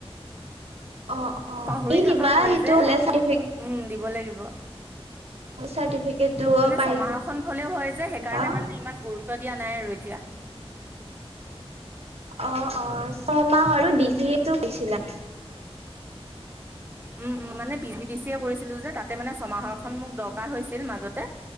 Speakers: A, on the right; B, on the right.
A: অ অ
B: পাহৰি
A: দি
B: থকা
A: দিবা
B: হয়
A: সেইটো
B: যে
A: হলে
B: আকৌ
A: চাৰ্টিফিক
B: উম দিব লাগিব
A: চাৰ্টিফিকেটটো
B: মানে
A: পাই
B: ছমাহৰখন হলেও হয় যে
A: যাবা
B: সেইকাৰণে মানে ইমান গুৰুত্ব গুৰুত্ব দিয়া নাই আৰু এতিয়া
A: অ অ ছয়মাহ আৰু ডিজি টো বেচি লাগে
B: উম উম মানে পি ভ ডি চি কৰিছিলো যে তাতে মানে ছমাহৰখন মোক দৰকাৰ হৈছিল মাজতে